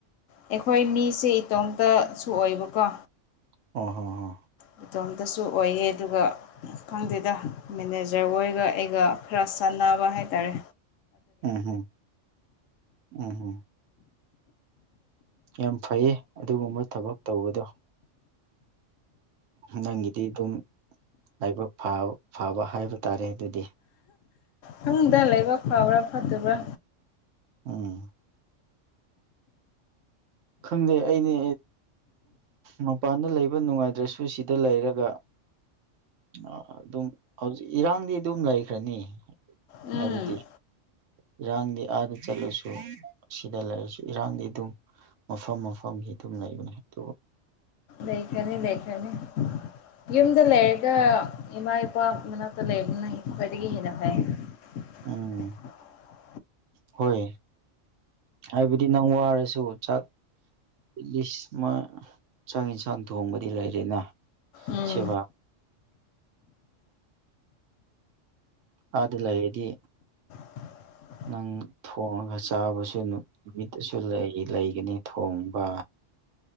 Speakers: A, on the left; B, on the right.
A: ꯑꯩꯈꯣꯏ ꯃꯤꯁꯦ ꯏꯇꯣꯝꯇꯁꯨ ꯑꯣꯏꯕꯀꯣ
B: ꯑꯣ ꯍ ꯍ
A: ꯃꯇꯇꯣꯝꯇꯁꯨ ꯑꯣꯏꯌꯦ ꯑꯗꯨꯒ ꯈꯪꯗꯦꯗ ꯃꯦꯅꯦꯖꯔ ꯍꯣꯏꯒ ꯑꯩꯒ ꯈꯔ ꯆꯥꯟꯅꯕ ꯍꯥꯏ ꯇꯔꯦ
B: ꯎꯝꯍꯝ ꯎꯝꯍꯝ ꯌꯥꯝ ꯐꯩꯌꯦ ꯑꯗꯨꯒꯨꯝꯕ ꯊꯕꯛ ꯇꯧꯕꯗꯣ ꯅꯪꯒꯤꯗꯤ ꯑꯗꯨꯝ ꯂꯥꯏꯕꯛ ꯐꯕ ꯍꯥꯏꯕ ꯇꯥꯔꯦ ꯑꯗꯨꯗꯤ
A: ꯐꯥꯃꯨꯡꯗ ꯂꯩꯕ ꯐꯕ꯭ꯔꯥ ꯐꯠꯇꯕ꯭ꯔꯥ
B: ꯎꯝ ꯈꯪꯗꯦ ꯑꯩꯅꯦ ꯃꯄꯥꯟꯗ ꯂꯩꯕ ꯅꯨꯡꯉꯥꯏꯗ꯭ꯔꯁꯨ ꯁꯤꯗ ꯂꯩꯔꯒ ꯑ ꯑꯗꯨꯝ ꯍꯧꯖꯤꯛ ꯏꯔꯥꯡꯗꯤ ꯑꯗꯨꯝ ꯂꯩꯈ꯭ꯔꯅꯤ
A: ꯎꯝ
B: ꯍꯥꯏꯕꯗꯤ ꯏꯔꯥꯡꯗꯤ ꯑꯥꯗ ꯆꯠꯂꯨꯁꯨ ꯑꯁꯤꯗ ꯂꯩꯔꯁꯨ ꯏꯔꯥꯡꯗꯤ ꯑꯗꯨꯝ ꯃꯐꯝ ꯃꯐꯝꯒꯤ ꯑꯗꯨꯝ ꯂꯩꯕꯅꯦ ꯑꯗꯨꯕꯨ
A: ꯂꯩꯦꯈꯅꯤ ꯂꯩꯦꯈꯅꯤ ꯒꯤꯝꯗꯂ ꯍꯦꯛꯇ ꯏꯃꯥ ꯏꯄꯥ ꯃꯅꯥꯛꯇ ꯂꯩꯕꯅꯤꯅ ꯈ꯭ꯋꯥꯏꯗꯒꯤ ꯍꯦꯟꯅ ꯐꯩ <unintelligible>
B: ꯎꯝ ꯍꯣꯏ ꯍꯥꯏꯕꯗꯤ ꯅꯪ ꯋꯥꯔꯁꯨ ꯆꯥꯛ ꯑꯦꯠ ꯂꯤꯁ ꯑꯃ ꯆꯥꯛ ꯌꯦꯟꯁꯥꯡ ꯊꯣꯡꯕꯗꯤ ꯂꯩꯔꯦꯅ
A: ꯎꯝ
B: ꯁꯕꯥ ꯑꯗꯨ ꯂꯩꯗꯤ
A: <unintelligible>
B: ꯅꯪ ꯊꯣꯡꯉꯒ ꯆꯥꯕꯁꯨ ꯑꯗꯨꯝ ꯅꯨꯃꯤꯠꯇꯁꯨ ꯂꯩ ꯂꯩꯒꯅꯤ ꯊꯣꯡꯕ